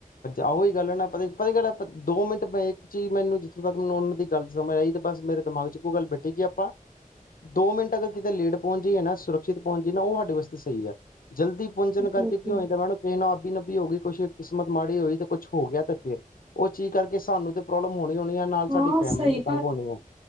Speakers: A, on the left; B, on the right.
A: ਓਹੀ ਗੱਲ ਹੈ ਨਾ ਪਤਾ ਪਤਾ ਗੱਲ ਦੋਿੰ ਮਿੰਟ ਇੱਕ ਚੀਜ਼ ਮੈਨੂੰ ਜਿੱਥੋਂ ਤੱਕ ਮੈਨੂੰ ਉਹਨਾਂ ਦੀ ਗੱਲ ਸਮਝ ਆਈ ਤੇ ਬਸ ਮੇਰੇ ਦਿਮਾਗ ਚ ਇੱਕ ਗੱਲ ਬੈਠੀ ਕਿ ਆਪਾਂ ਦੋ ਮਿੰਟ ਅਗਰ ਕਿਤੇ ਲੇਟ ਪਹੁੰਚੀ ਜਾਈਏ ਨਾ ਸੁਰੱਖਿਅਤ ਪਹੁੰਚ ਨਾ ਉਹ ਸਾਡੇ ਵਾਸਤੇ ਸਹੀ ਹੈ, ਜਲਦੀ ਪੁੰਜਣ
B: ਆ
A: ਕਰਕੇਉ ਹੋਏ ਤਾਂ ਮੈ ਕਿਹਾ ਕਿਸੇ ਨੂੰ ਆਬੀ ਨਬੀ ਹੋ ਗਈ ਕੁਛ ਇੱਕ ਕਿਸਮਤ ਮਾੜੀ ਹੋਈ ਤੇ ਕੁੱਛ ਹੋ ਗਿਆ ਤੇ ਫੇਰ ਉਹ ਚੀਜ਼ ਕਰਕੇ ਸਾਨੂੰ ਤੇ ਪ੍ਰੋਬਲਮ ਹੋਣੀ, ਹੋਣੀ ਹੈ ਨਾਲ ਸਾਡੀ
B: ਹਾਂ
A: ਫੈਮਿਲੀ
B: ਸਹੀ
A: ਨੂੰ ਤੰਗ ਹੋਣੀ ਹੈ।